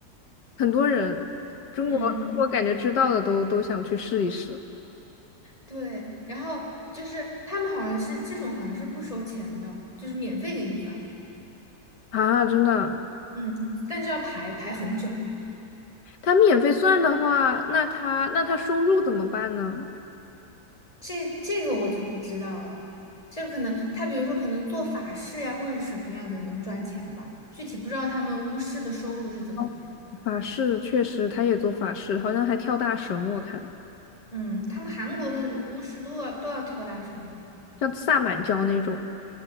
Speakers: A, on the left; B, on the left.
A: 很多人，中国中国感觉知道的都都想去试一试
B: <laughs> 嗯，对，然后就是他们好像是这种，好像是不收钱的，就是免费给你算。
A: 啊，真的。
B: 嗯，但是要排排很久。
A: 他免费算的话，那他那他收入怎么办呢？
B: 这这个我就不知道了，这个可能他比如说可能做法事呀、或者什么样的能赚钱吧，具体不知道他们巫师的收入是怎么来的。
A: 哦，法事确实，他也做法事，好像还跳大绳，我看
B: 嗯，他们韩国的巫师都要都要跳大神吧？
A: 像萨满教那种。